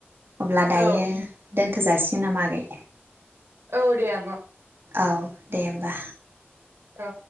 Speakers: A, on the right; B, on the right.
A: अब्ला दायो
B: औ
A: दोनथ जासिगोन नामा आगै?
B: औ दे आब'।
A: औ दे होमबा
B: औ